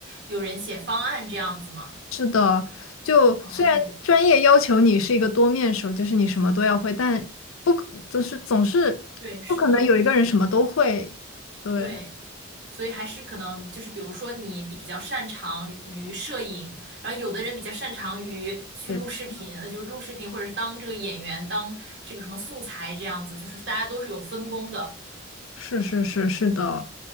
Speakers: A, on the right; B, on the left.
A: 有人写方案这样子嘛。
B: 是的，就虽然专业要求你是一个多面手，
A: 哦，
B: 就是你什么都要会，但不可就是总是不可能有一个人什么都会。
A: 对，是的，
B: 对，
A: 对，所以还是可能就是，比如说你比较擅长于摄影，然后有的人比较擅长于去录视频，
B: 也
A: 呃，就是录视频或者是当这个演员，当这个什么素材这样子，就是大家都是有分工的。
B: 是是是是的。